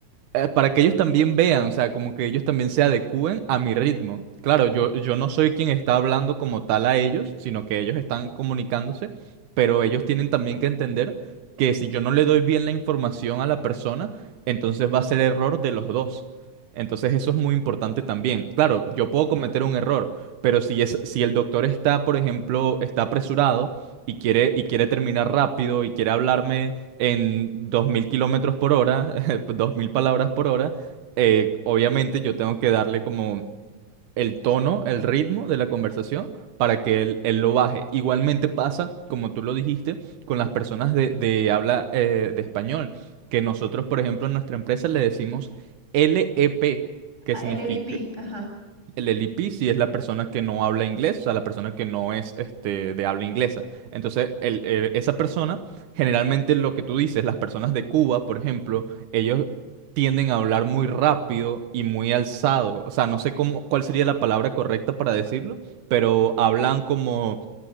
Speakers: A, on the right; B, on the right.
A: eh, para que ellos también vean, o sea, como que ellos también se adecúen a mi ritmo. Claro, yo, yo no soy quien está hablando como tal a ellos, sino que ellos están comunicándose, pero ellos tienen también que entender que si yo no le doy bien la información a la persona, entonces va a ser error de los dos. Entonces eso es muy importante también. Claro, yo puedo cometer un error, pero si es, si el doctor está, por ejemplo, está apresurado y quiere, y quiere terminar rápido y quiere hablarme en 2000 kilómetros por hora, <laughs> dos mil palabras por hora, eh, obviamente yo tengo que darle como el tono, el ritmo de la conversación para que él, él lo baje. Igualmente pasa, como tú lo dijiste, con las personas de, de habla eh, de español, que nosotros, por ejemplo, en nuestra empresa le decimos LEP, que
B: Ah,
A: significa
B: el L I P ajá,
A: el LP sí es la persona que no habla inglés, o sea, la persona que no es este, de habla inglesa. Entonces, el, eh, esa persona, generalmente lo que tú dices, las personas de Cuba, por ejemplo, ellos tienden a hablar muy rápido y muy alzado. O sea, no sé cómo, cuál sería la palabra correcta para decirlo, pero hablan como